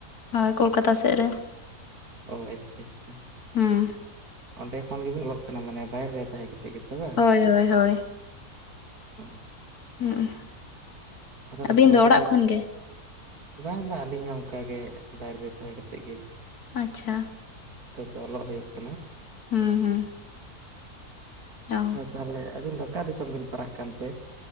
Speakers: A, on the left (about 75°); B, on the right (about 75°).
A: ᱦᱳᱭ ᱠᱳᱞᱠᱟᱛᱟ ᱥᱮᱫ ᱨᱮ
B: ᱚ ᱟᱪᱪᱷᱟ ᱟᱪᱪᱷᱟ
A: ᱦᱩᱸ
B: ᱚᱸᱰᱮ ᱠᱷᱚᱱ ᱜᱮᱵᱤᱱ ᱚᱞᱚᱜ ᱠᱟᱱᱟ ᱢᱟᱱᱮ ᱵᱟᱭᱨᱮ ᱨᱮ ᱛᱟᱦᱮᱸ ᱠᱟᱛᱮᱫ ᱜᱮ ᱛᱚᱵᱮ
A: ᱦᱳᱭ ᱦᱳᱭ ᱦᱳᱭ
B: ᱚ
A: ᱦᱩᱸ
B: ᱟᱫᱚ <unintelligible>
A: ᱟᱹᱵᱤᱱ
B: ᱟᱵᱤᱱ
A: ᱚᱲᱟᱜ
B: ᱫᱚ
A: ᱠᱷᱚᱱ ᱜᱮ
B: ᱵᱟᱝ ᱵᱟᱝ ᱟᱹᱞᱤᱧ ᱦᱚᱸ ᱚᱱᱠᱟᱜ ᱜᱮ ᱵᱟᱭᱨᱮ ᱨᱮ ᱛᱟᱦᱮᱸ ᱠᱟᱛᱮᱫ ᱜᱮ᱾
A: ᱟᱪᱪᱷᱟ
B: ᱱᱤᱛᱚᱜ ᱫᱚ ᱚᱞᱚᱜ ᱦᱳᱭᱳᱜ ᱠᱟᱱᱟ᱾
A: ᱦᱩᱸ ᱦᱩᱸ ᱚ
B: ᱟᱫᱚ ᱛᱟᱦᱚᱞᱮ ᱟᱹᱵᱤᱱ ᱫᱚ ᱚᱠᱟ ᱫᱤᱥᱚᱢ ᱵᱤᱱ ᱯᱟᱲᱟᱜ ᱠᱟᱱᱛᱮ